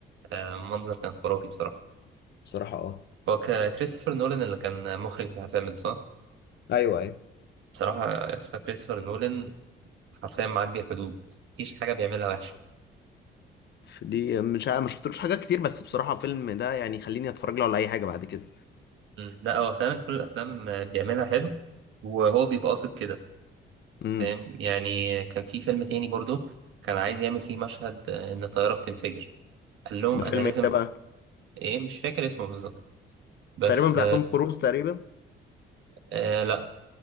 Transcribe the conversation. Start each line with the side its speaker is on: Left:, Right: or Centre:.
Right: آه، المنظر كان خرافي بصراحة
Left: بصراحه اه
Right: هو ك- كريستوفر نولان اللي كان مخرج بتاع الفيلم ده صح؟
Left: ايوه ايوه
Right: بصراحة قصة كريستوفر نولان حرفيا معدي الحدود مفيش حاجة بيعملها وحشة
Left: دي مش عا- ما شفتلوش حاجات كتير بس بصراحه فيلم ده يعني خليني اتفرج له على اي حاجه بعد كده
Right: امم لا هو فعلا كل الأفلام آه، بيعملها حلو وهو بيبقى قاصد كده
Left: امم
Right: فاهم يعني كان في فيلم تاني برضه كان عايز يعمل فيه مشهد آه، إن الطيارة بتنفجر قال لهم
Left: ده
Right: انا
Left: فيلم
Right: لازم
Left: ايه ده بقى
Right: ايه مش فاكر اسمه بالظبط بس
Left: تقريبا بتاع توم كروز تقريبا
Right: آه لا